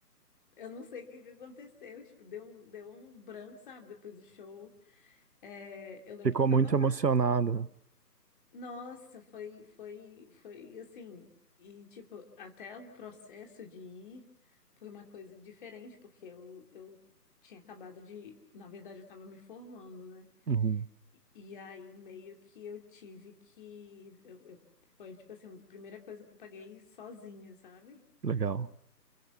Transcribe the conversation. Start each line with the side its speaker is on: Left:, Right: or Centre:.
Left: Eu não sei o que que aconteceu, tipo, deu um, deu um branco, sabe, depois do show. É, eu lembro
Right: Ficou
Left: que eu
Right: muito
Left: tava lá.
Right: emocionada.
Left: Nossa, foi, foi, foi assim. E, tipo, até o processo de ir foi uma coisa diferente, porque eu, eu tinha acabado de. Na verdade, eu estava me formando, né?
Right: Uhum.
Left: E, e aí, meio que eu tive que. Eu, eu- foi, tipo assim, a primeira coisa que eu paguei sozinha, sabe?
Right: Legal.